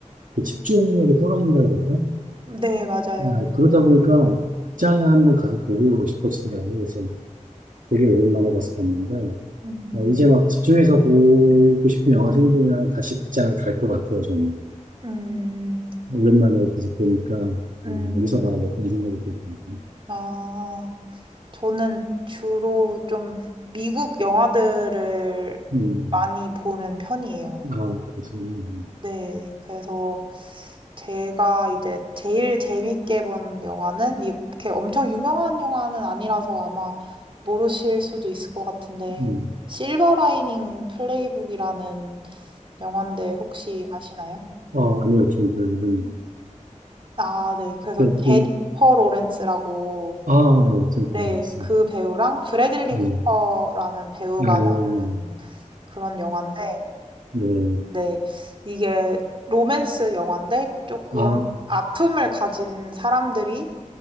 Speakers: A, on the right; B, on the right.
A: 그 집중력이 떨어진다 그럴까?
B: 네, 맞아요.
A: 아, 그러다 보니까 극장에 한번 가서 보고 싶어지더라고요. 그래서 되게 오랜만에 가서 봤는데,
B: 음,
A: 어, 이제 막 집중해서 보고 싶은 영화 생기면 다시 극장을 갈 것 같아요, 저는.
B: 음.
A: 오랜만에 가서 보니까, 어,
B: 음,
A: 어디서 봐야 될까 이런 생각이 들더라고요.
B: 아, 저는 주로 좀 미국 영화들을
A: 음,
B: 많이 보는 편이에요.
A: 아, 그래서, 음,
B: 네, 그래서 제가 이제 제일 재밌게 본 영화는 이렇게 엄청 유명한 영화는 아니라서 아마 모르실 수도 있을 것 같은데,
A: 음,
B: 실버 라이닝 플레이북이라는 영화인데 혹시 아시나요?
A: 어, 아, 아니요, 좀, 그, 그,
B: 아, 네. 그래서
A: 그, 이,
B: 제니퍼 로렌스라고
A: 아, 예, 저기,
B: 네,
A: 맞습
B: 그 배우랑 브래들리
A: 네.
B: 쿠퍼라는 배우가
A: 네, 음,
B: 나오는 그런 영화인데,
A: 네,
B: 네, 이게 로맨스 영화인데 조금
A: 아,
B: 아픔을 가진 사람들이